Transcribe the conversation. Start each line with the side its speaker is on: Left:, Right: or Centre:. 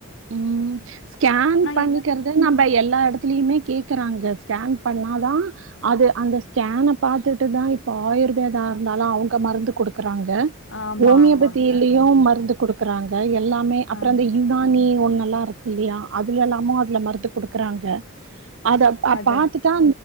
Right: ம் ஸ்கேன் பண்ணிக்
Left: என்ன
Right: கரெ டாநம்ம எல்லா எடத்துலயுமே கேக்கறாங்க ஸ்கேன் பண்ணாதா அது அந்த ஸ்கேன பாத்துட்டுதா இப்ப ஆயுர்வேதா இருந்தாலும் அவங்க மருந்து குடுக்குறாங்க
Left: ஆமா
Right: ஹோமியோபத்திலயு
Left: ஆமாங்க
Right: மருந்து கொடுக்குறாங்க எல்லாமே அப்பற
Left: ஆமா
Right: அந்த யுனா னி ஒன்னுலா இருக்குல்லயா அதுலலாமு அதுல மருந்து குடுக்குறாங்க அத
Left: அதா
Right: பாத்துட் தா